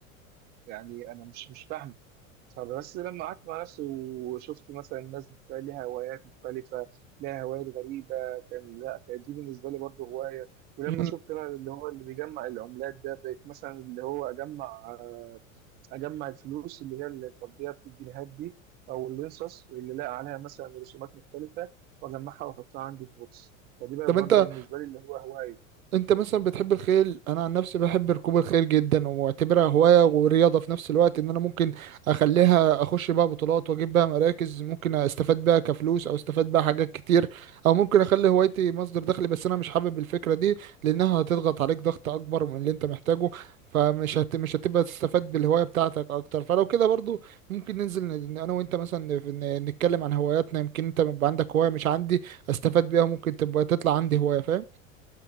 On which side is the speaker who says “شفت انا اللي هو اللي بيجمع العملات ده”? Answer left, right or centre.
Right